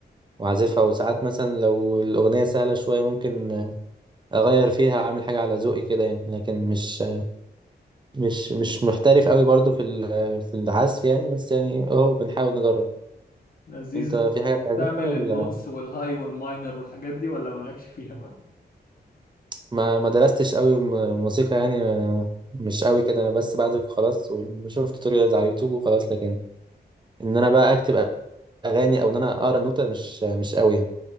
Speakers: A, on the right; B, on the left.
A: وأعزفها وساعات مثلا لو الأغنية سهلة شوية ممكن أغير فيها أعمل حاجة على ذوقي كده يعني لكن مش مش مش محترف أوي برضو في ال- في العزف يعني بس يعني أهو بنحاول نجرب
B: لذيذة
A: أنت في حاجة
B: وبتعمل
A: بتعزفها ولا
B: النوتس والهاي والماينر والحاجات دي ولا مالكش فيها بقى؟
A: ما ما درستش قوي م- موسيقى يعني ما- مش قوي كده انا بس بعزف خلاص وشفت توتوريالز على اليوتيوب وخلاص لكن ان انا بقى اكتب اغاني او ان انا اقرا النوتة مش مش قوي يعني